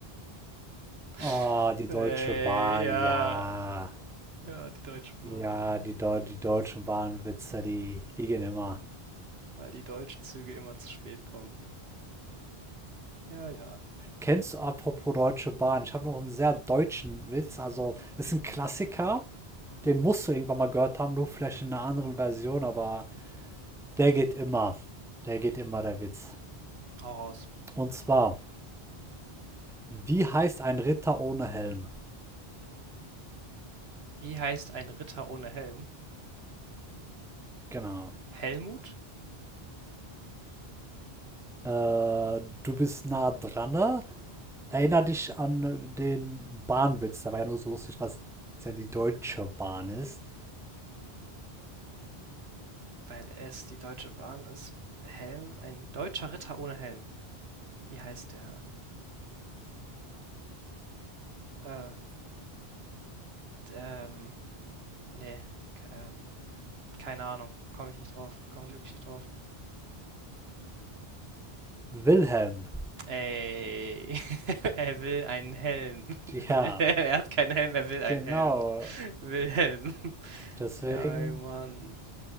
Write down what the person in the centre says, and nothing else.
Oh, die
Deutsche Bahn,
ja.
Ja,
die, Deu die deutschen Bahnwitze, die, die gehen immer.
Kennst du apropos Deutsche Bahn? Ich habe noch einen sehr deutschen Witz. Also, ist ein Klassiker. Den musst du irgendwann mal gehört haben, nur vielleicht in einer anderen Version, aber der geht immer. Der geht immer, der Witz.
Und zwar, wie heißt ein Ritter ohne Helm?
Genau.
Äh, du bist nah dran. ne? Erinner dich an den Bahnwitz. Der war ja nur so lustig, was ja die Deutsche Bahn ist.
Wilhelm,
ja,
Genau,
deswegen